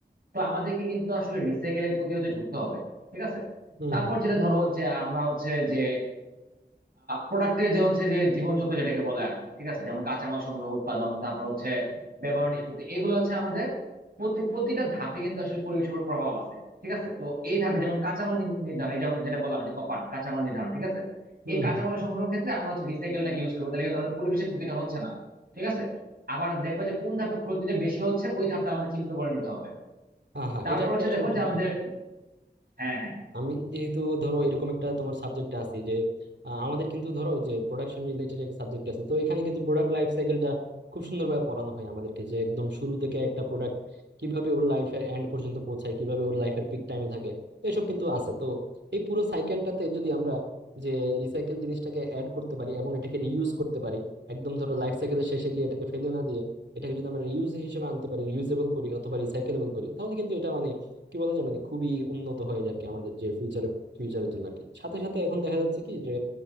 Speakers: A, on the right; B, on the right.
A: তো আমাদেরকে কিন্তু আসলে রিসাইকেলের প্রতি হচ্ছে যুক্ত হবে ঠিক আছে
B: হুম
A: তারপর
B: হুম
A: যেটা ধরো যে আমরা হচ্ছে যে প্রোডাক্টের যে হচ্ছে যে জীবনচক্র যেটাকে বলে আর কি ঠিক আছে যেমন কাঁচামাল সংগ্রহ উৎপাদন তারপর হচ্ছে ব্যবহার নিষ্পত্তি এগুলো হচ্ছে আমাদের প্রতি প্রতিটা ধাপে কিন্তু আসলে পরিবেশের উপর প্রভাব আছে ঠিক আছে তো এই ধাপে যেমন কাঁচামাল নি- নির্ধারণ এই যেমন যেটা বললাম যে কপার কাঁচামাল নির্ধারণ ঠিক আছে
B: হুম
A: এই কাঁচামাল সংগ্রহ ক্ষেত্রে আমরা হচ্ছে রিসাইকেলটাকে ইউজ করবো তাহলে কিন্তু আমাদের পরিবেশের ক্ষতিটা হচ্ছে না ঠিক আছে আবার দেখবা যে কোন ধাপে ক্ষতিটা বেশি হচ্ছে ওই ধাপটা আমাদের চিহ্নিত করে নিতে হবে
B: হ্যাঁ হ্যাঁ
A: তারপর
B: এটা এটা
A: হচ্ছে
B: আসলে
A: দেখো যে
B: ঠিক
A: আমাদের হ্যাঁ হ্যাঁ
B: আমি যেহেতু ধরো এরকম একটা তোমার সাবজেক্ট আছে যে আহ, আমাদের কিন্তু ধরো ওই যে প্রোডাকশন রিলেটেড একটা সাবজেক্ট আছে তো এখানে কিন্তু প্রোডাক্ট লাইফ সাইকেলটা খুব সুন্দরভাবে পড়ানো হয় আমাদেরকে যে একদম শুরু থেকে একটা প্রোডাক্ট কিভাবে ওর লাইফের এন্ড পর্যন্ত পৌঁছায় কিভাবে ওর লাইফের পিক টাইমে থাকে তো এসব কিন্তু আছে তো এই পুরো সাইকেলটাতে যদি আমরা যে রিসাইকেল জিনিসটাকে অ্যাড করতে পারি এবং এটাকে রিইউজ করতে পারি একদম ধরো লাইফ সাইকেলের শেষে গিয়ে এটাকে ফেলে না দিয়ে এটাকে যদি আমরা রিউজ হিসেবে আনতে পারি রিউজেবল করি অথবা রিসাইকেলেবল করি তাহলে কিন্তু এটা মানে কি বলা চলে না খুবই উন্নত হয়ে যায় আর কি আমাদের যে ফিউচার ফিউচারের জন্য আর কি সাথে সাথে এখন দেখা যাচ্ছে কি যে